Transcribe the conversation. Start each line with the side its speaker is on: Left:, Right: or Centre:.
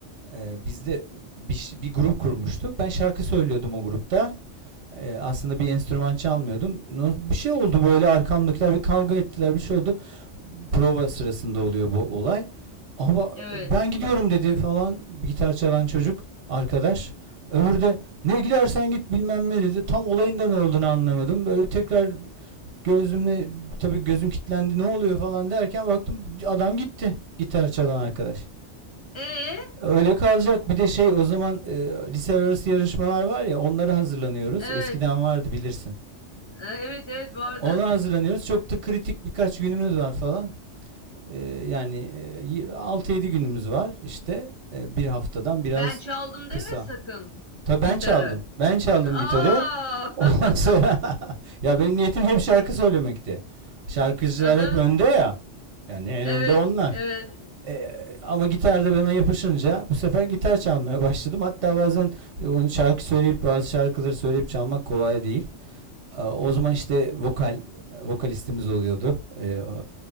Right: E, bizde bir, ş- bir grup kurmuştuk. Ben şarkı söylüyordum o grupta. Ee, aslında bir enstrüman çalmıyordum. No- Bir şey oldu böyle arkamdakiler bir kavga ettiler bir şey oldu. Prova sırasında oluyor bu olay. Ama
Left: Evet.
Right: ben gidiyorum dedi falan gitar çalan çocuk arkadaş. Öbürü de ne gidersen git bilmem ne dedi. Tam olayın da ne olduğunu anlamadım. Böyle tekrar gözümle tabii gözüm kilitlendi ne oluyor falan derken baktım adam gitti gitar çalan arkadaş.
Left: Ee, evet.
Right: Öyle kalacak. Bir de şey o zaman e, lise arası yarışmalar var ya onlara hazırlanıyoruz.
Left: Ee,
Right: Eskiden vardı bilirsin.
Left: Evet evet vardı.
Right: Ona hazırlanıyoruz. Çok da kritik birkaç günümüz var falan. Ee, yani e, yedi günümüz var işte. Ee, bir haftadan
Left: Ben
Right: biraz
Left: çaldım
Right: kısa.
Left: deme sakın
Right: Tabii ben
Left: gitarı.
Right: çaldım. Ben çaldım
Left: Aa!
Right: gitarı. Ondan sonra
Left: <laughs>
Right: <laughs> ya benim niyetim hep şarkı söylemekti. Şarkıcılar
Left: Aha.
Right: hep önde ya. Yani en
Left: Evet,
Right: önde onlar.
Left: evet.
Right: Ee, ama gitarda bana yapışınca bu sefer gitar çalmaya başladım. Hatta bazen e, onu şarkı söyleyip bazı şarkıları söyleyip çalmak kolay değil. Ee, O zaman işte vokal vokalistimiz oluyordu. Ee,